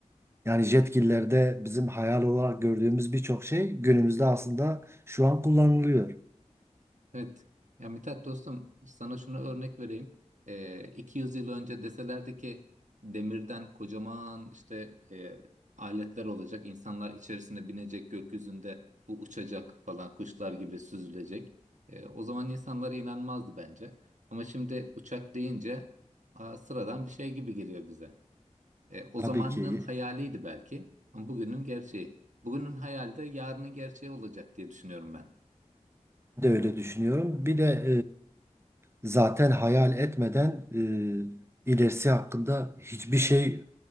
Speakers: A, on the right; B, on the right.
A: Yani jetgillerde bizim hayal olarak gördüğümüz birçok şey günümüzde aslında şu an kullanılıyor.
B: Evet. Ya Mithat dostum sana şunu örnek vereyim. Ee, 200 yıl önce deselerdi ki demirden kocaman işte e, aletler olacak. insanlar içerisine binecek gökyüzünde bu uçacak falan kuşlar gibi süzülecek. Ee, o zaman insanlar inanmazdı bence. Ama şimdi uçak deyince aa, sıradan bir şey gibi geliyor bize. E, o
A: Tabii
B: zamanın
A: ki
B: hayaliydi belki ama bugünün gerçeği. Bugünün hayali de yarının gerçeği olacak diye düşünüyorum ben.
A: de öyle düşünüyorum. Bir de e, zaten hayal etmeden e, ilerisi hakkında hiçbir şey